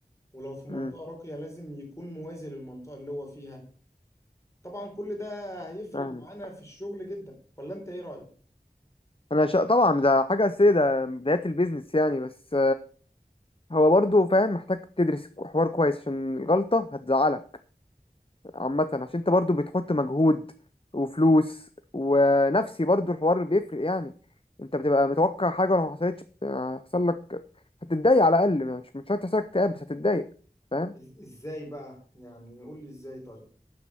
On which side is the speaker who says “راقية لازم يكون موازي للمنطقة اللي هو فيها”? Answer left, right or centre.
Left